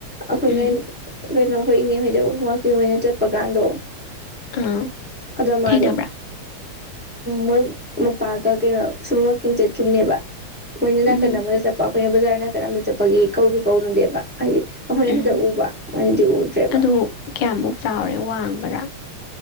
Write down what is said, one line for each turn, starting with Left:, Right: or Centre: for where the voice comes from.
Centre: ꯑꯩꯈꯣꯏꯅ
Left: ꯎꯝ
Centre: <unintelligible> ꯍꯣꯏ ꯏꯅꯦ ꯍꯣꯏꯗ ꯋꯥꯛꯀꯤꯡ ꯑꯣꯏꯅ ꯆꯠꯄ ꯀꯥꯟꯗꯣ
Left: ꯑꯥ
Centre: ꯑꯗꯥ ꯃꯥꯗꫭ
Left: ꯊꯦꯡꯅꯕ꯭ꯔꯥ
Centre: ꯃꫭꯏ ꯃꯄꯥꯒꯥ ꯀꯩꯅꫭ ꯁꯨꯝ ꯋꯥꯛꯀꯤꯡ ꯆꯠꯈꯤꯕꯅꯦꯕ ꯃꯣꯏꯅ ꯅꯥꯀꯟ
Left: ꯎꯝ
Centre: ꯑꯃꯗ ꯆꯠꯄ ꯑꯩꯈꯣꯏꯅ ꯕꯖꯥꯔ ꯅꯥꯀꯟ ꯑ ꯑꯃꯗ ꯆꯠꯄꯒꯤ ꯀꯧꯗꯤ ꯀꯧꯅꯨꯗꯦꯕ ꯍꯥꯏꯗꯤ ꯑꯩꯈꯣꯏꯅ
Left: ꯎꯝ
Centre: ꯈꯛꯇ ꯎꯕ ꯃꯣꯏꯅꯗꯤ ꯎꯗ꯭ꯔꯦꯕ
Left: ꯑꯗꯣ ꯀꯌꯥꯃꯨꯛ ꯆꯥꯎꯔꯦ ꯋꯥꯡꯕꯔꯥ